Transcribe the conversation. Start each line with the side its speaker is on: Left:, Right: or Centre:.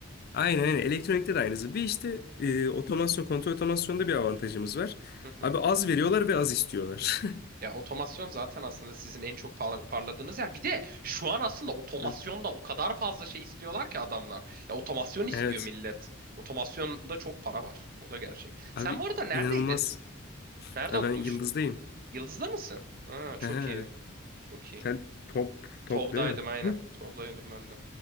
Left: Aynen aynen. Elektronikte de aynısı. Bir işte e, otomasyon, kontrol otomasyonda bir avantajımız var.
Right: Hı hı.
Left: Abi az veriyorlar ve az istiyorlar.
Right: Ya otomasyon zaten aslında sizin en çok par- parladığınız yer. Bir de şu an aslında otomasyonda
Left: <laughs> Hı.
Right: o kadar fazla şey istiyorlar ki adamlar. Ya otomasyon istiyor
Left: Evet.
Right: millet. Otomasyonda çok para var. O da gerçek. Sen
Left: Abi
Right: bu arada neredeydin?
Left: inanılmaz.
Right: Nerede
Left: Ya
Right: okumuştun?
Left: ben Yıldız'dayım.
Right: Yıldız'da mısın? Aa,
Left: Hı
Right: çok
Left: hı, evet.
Right: iyi. Çok iyi.
Left: Sen top, top
Right: Tob'daydım
Left: değil mi?
Right: aynen.
Left: Hı.
Right: Tob'daydım ben de.